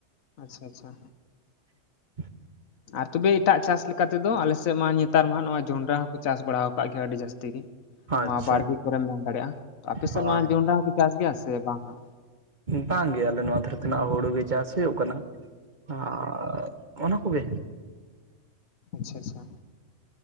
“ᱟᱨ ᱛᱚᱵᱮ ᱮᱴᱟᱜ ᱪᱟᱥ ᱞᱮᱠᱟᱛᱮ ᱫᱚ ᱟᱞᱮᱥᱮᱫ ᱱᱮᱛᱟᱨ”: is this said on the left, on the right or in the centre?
Left